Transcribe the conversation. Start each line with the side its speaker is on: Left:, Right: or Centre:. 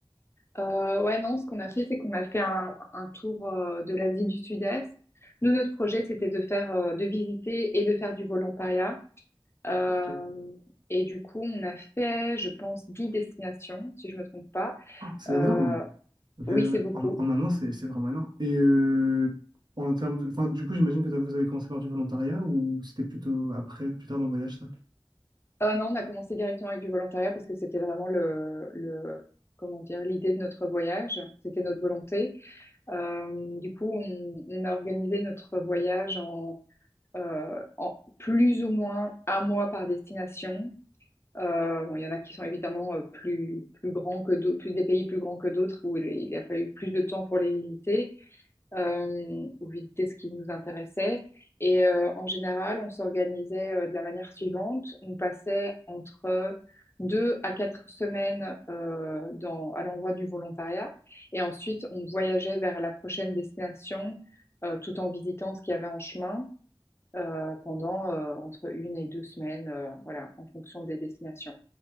Left: Euh, ouais, non, ce qu'on a fait, c'est qu'on a fait un, un tour euh, de l'Asie du Sud-Est. Nous, notre projet, c'était de faire, euh, de visiter et de faire du volontariat. Euh,
Right: Ok.
Left: et du coup, on a fait, je pense, 10 destinations, si je me trompe pas.
Right: Ah, C'est
Left: Euh,
Right: énorme. Mais
Left: oui, c'est beaucoup.
Right: en, en un an, c'est c'est vraiment énorme. Et euh, en termes de, enfin, du coup, j'imagine que t'as- vous avez commencé par du volontariat ou c'était plutôt après, plus tard dans le voyage, ça?
Left: Euh, non, on a commencé directement avec du volontariat parce que c'était vraiment le, le, comment dire, l'idée de notre voyage. C'était notre volonté. Euh, du coup, on, on a organisé notre voyage en euh, en plus ou moins un mois par destination. Euh, bon, il y en a qui sont évidemment euh, plus, plus grands que d'autres, plus des pays plus grands que d'autres où il, il a fallu plus de temps pour les visiter euh, ou visiter ce qui nous intéressait. Et euh, en général, on s'organisait euh, de la manière suivante. On passait entre deux à quatre semaines euh, dans, à l'endroit du volontariat et ensuite on voyageait vers la prochaine destination euh, tout en visitant ce qu'il y avait en chemin euh, pendant euh, entre une et deux semaines, euh, voilà, en fonction des destinations.